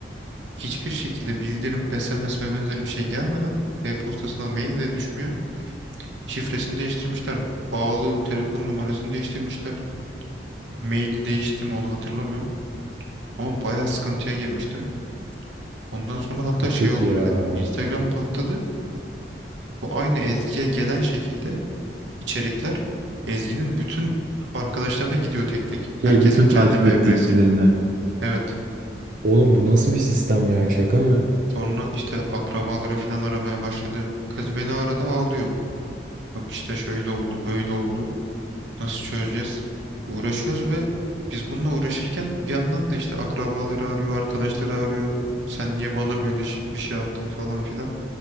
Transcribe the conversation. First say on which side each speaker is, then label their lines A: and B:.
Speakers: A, on the right (about 85°); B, on the right (about 45°).
A: hiçbir şekilde bildirim, SMS ve benzeri bir şey gelmeden e-postasına mail de düşmüyor. Şifresini değiştirmişler. Bağlı telefon numarasını değiştirmişler. Maili değişti mi onu hatırlamıyorum. Ama bayağı sıkıntıya girmişti. Ondan sonra hatta
B: Çok
A: şey
B: kötü
A: oldu
B: ya.
A: bir de. Instagram patladı. Bu aynı Ezgi'ye gelen şekilde içerikler Ezgi'nin bütün arkadaşlarına gidiyor tek tek.
B: Şey
A: Herkesin
B: bütün
A: kendi
B: takip
A: PP'siyle.
B: ettiklerine.
A: Evet.
B: Oğlum bu nasıl bir sistem ya şaka mı? <laughs>
A: Sonra işte akrabaları falan aramaya başladı. Kız beni arada ağlıyor. Yok işte şöyle oldu, böyle oldu. Nasıl çözeceğiz? Uğraşıyoruz ve biz bununla uğraşırken bir yandan da işte akrabaları arıyor, arkadaşları arıyor. Sen niye bana böyle ş- bir şey attın falan filan.